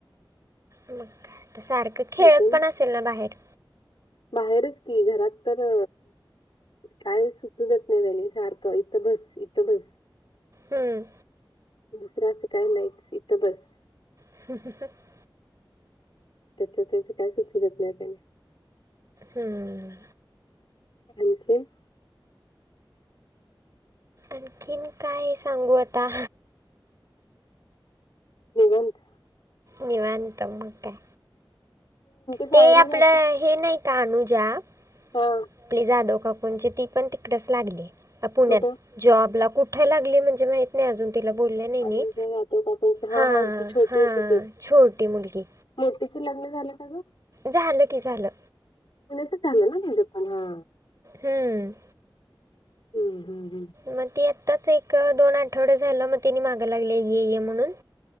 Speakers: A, on the right; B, on the left.
A: मग काय? सारखं
B: नाही
A: खेळत
B: अजून
A: पण असेल ना बाहेर?
B: बाहेरच की, घरात तर काय सुचू देत नाही त्यांनी. सारखं इथं बस. इथं बस.
A: हम्म.
B: दुसरं असं काय नाहीत इथं बस.
A: <unintelligible>
B: त्याच त्याच काय सुचू देत नाही त्याने.
A: हम्म.
B: आणखीन?
A: आणखीन काय सांगू आता?
B: निवांत.
A: निवांत मग काय.
B: शाळेला
A: ते आपलं
B: जातेस
A: हे नाही का अनुजा-
B: हा.
A: <unintelligible> ती पण तिकडेच लागलीय पुण्यात.
B: कुठं
A: जॉबला कुठे लागली, म्हणजे माहित नाही अजून. तिला बोलले नाही मी.
B: अनुजा जातो का आपण
A: हा,
B: जी छोटी
A: हा,
B: होती ती
A: छोटी मुलगी.
B: मोठीच लग्न झालं का ग?
A: झालं की झालं.
B: पुण्यातच झालं ना तिच पण, हा.
A: हम्म.
B: हं, हं.
A: मग ती आत्ताच एक, दोन आ- आठवडे झाल, मग त्येनी माग लागली ये म्हणून,